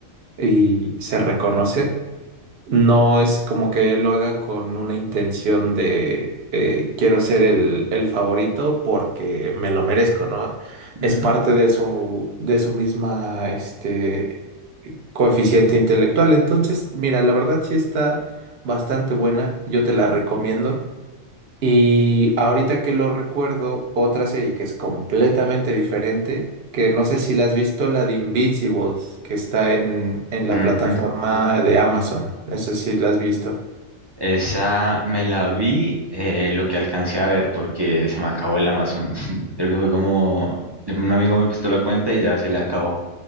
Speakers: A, on the right (about 55°); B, on the right (about 25°).
A: y se reconoce, no es como que él lo haga con una intención de eh, quiero ser el, el favorito porque me lo merezco, ¿no?
B: ujú,
A: Es parte de su, de su misma, este, coeficiente intelectual. Entonces, mira, la verdad sí está bastante buena, yo te la recomiendo. Y ahorita que lo recuerdo, otra serie que es completamente diferente, que no sé si la has visto, la de Invincibles, que está en, en
B: ujú.
A: la plataforma de Amazon. Eso sí la has visto.
B: Esa me la vi, eh, lo que alcancé a ver porque se me acabó el Amazon. <laughs> Creo que fue como un amigo me prestó la cuenta y ya se le acabó.